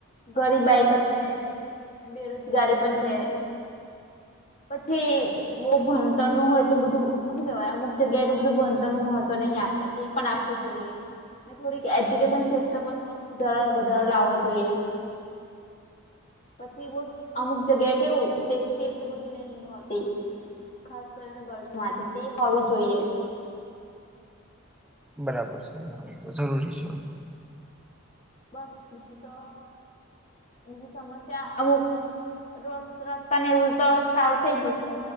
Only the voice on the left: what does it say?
ગરીબાઈ તો છે બેરોજગારી પણ છે. પછી બઉુ ભણતર નું હો એલું બધું શું કેહેવાય અમુક જગ્યાએ એટલ બધું ભણતર નું મહત્વ નહીં આપે તે પણ આપવું જોઈએ થોડી એજ્યુકેશન સિસ્ટમમાં થોડક સુધારો વધારો લાવો જોઈએ પછી બ અમુક જગ્યા કેવું સેફ્ટી એટલી બધી નહિ હોતી ખાસ કરીને ગર્લ્સ માંટે તે હોવી જોઈએ
બસ બીજું તો બીજી સમસ્યા અમુક ર રસ્તા ને એવું તો સારું થઈ ગયું છે